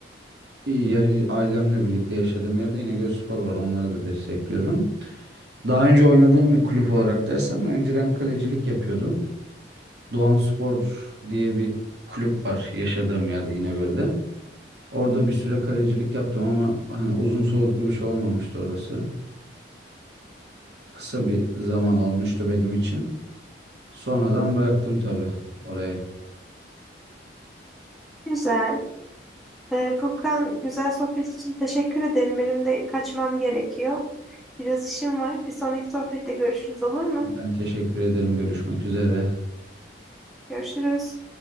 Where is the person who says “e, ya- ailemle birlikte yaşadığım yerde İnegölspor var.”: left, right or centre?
Right